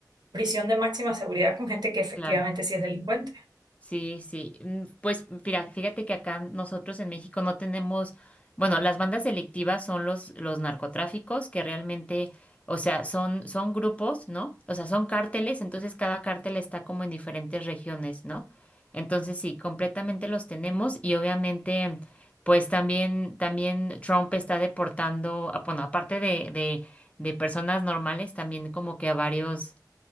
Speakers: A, on the right; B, on the left.
A: prisión de máxima seguridad con gente que efectivamente
B: Claro.
A: sí es delincuente.
B: Sí, sí. Mm, Pues mira, fíjate que acá nosotros en México no tenemos, bueno, las bandas delictivas son los, los narcotráficos que realmente, o sea, son, son grupos, ¿no? O sea, son cárteles, entonces cada cártel está como en diferentes regiones, ¿no? Entonces sí, completamente los tenemos y obviamente, pues también, también Trump está deportando, ah, bueno, aparte de, de, de personas normales, también como que a varios